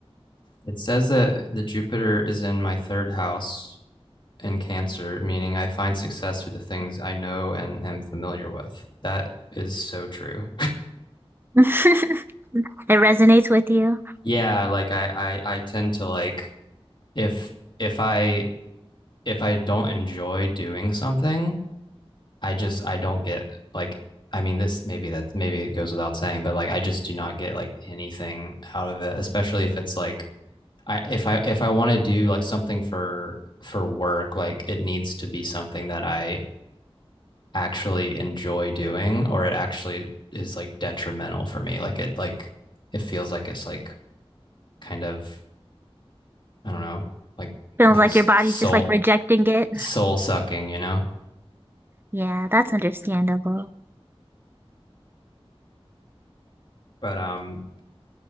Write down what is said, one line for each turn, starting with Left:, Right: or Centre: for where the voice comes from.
Left: It says that the Jupiter is in my third house in Cancer, meaning I find success through the things I know and am familiar with. That is so true.
Right: <laughs> It resonates with you.
Left: Yeah, like I I, I tend to like if if I if I don't enjoy doing something, I just I don't get like I mean this maybe that's maybe it goes without saying, but like I just do not get like anything out of it, especially if it's like I if I if I want to do like something for for work, like it needs to be something that I actually enjoy doing or it actually is like detrimental for me. Like it like it feels like it's like kind of I don't know, like
Right: Feels
Left: like
Right: like your body's
Left: soul
Right: just like rejecting it.
Left: soul sucking, you know?
Right: Yeah, that's understandable.
Left: But um